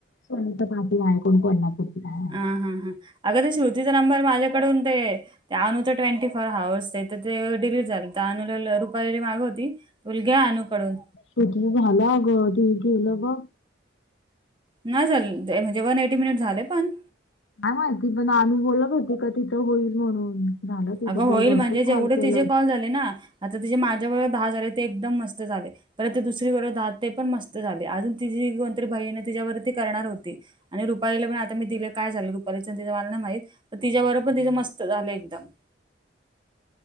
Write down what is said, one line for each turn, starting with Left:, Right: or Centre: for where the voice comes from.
Left: सोनता पाटील आहे कोण कोल्हापूर आहे.
Right: अ हा हा, अगं ते श्रुतीचा नंबर माझ्याकडून ते. ते अनू तर ट्वेंटी फोर हवर्स तर ते डिलीट झालं तर अनुला. <unintelligible> पहिले मागं होती म्हणलं हे अनूकडून.
Left: तु तुझ झाल अग तिने केलं बघ.
Right: नाही झाल ते म्हणजे वन एटी मिनिट झाले पण
Left: काय माहिती पण अनु बोलत होती का तिथं होईल म्हणून. झालं तिथं
Right: अगं होईल
Left: तिने भरपूर
Right: म्हणजे जेवढे
Left: कॉल केलं
Right: तिचेे कॉल झाले ना. आता ते जे माझ्या बरोबर दहा झाले ते एकदम मस्त झाले परत ते दुसरी बरोबर दहा ते पण मस्त. झा अजून ति कोणतरी बईण तिच्यावरती करणार होती. आणि रुपालीला पण आता मी दिलं काय झालं रुपाली मला नाही माहित. तर तिच्याबरोबर पण तिचं मस्त झालं एकदम.